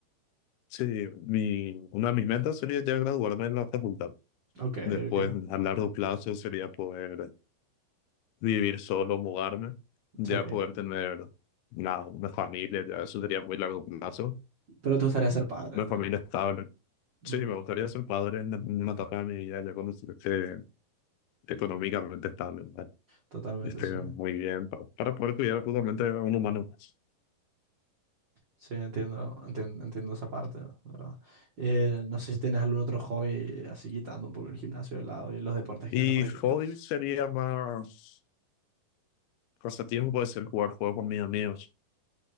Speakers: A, on the left (about 80°); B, on the right (about 85°).
A: Sí, mi, una de mis metas sería ya graduarme en la facultad.
B: Ok,
A: Después,
B: ok,
A: a largo plazo, sería poder vivir solo, mudarme, ya
B: sí.
A: poder tener una, una familia, ya eso sería muy largo plazo.
B: Pero te gustaría ser padre,
A: Una
B: te-
A: familia estable. Sí,
B: Ujú.
A: me gustaría ser padre en en una etapa de mi vida, ya cuando esté económicamente estable, ¿verdad?
B: Totalmente,
A: esté
B: sí.
A: muy bien, pa- para poder cuidar justamente a un humano más.
B: Sí, entiendo, entiendo, entiendo esa parte, la ¿verdad? Eh, no sé si tienes algún otro hobby así quitando un poco el gimnasio de lado y los deportes
A: Y
B: que ya no practicas.
A: hoy sería más pasatiempo, puede ser jugar juegos con mis amigos,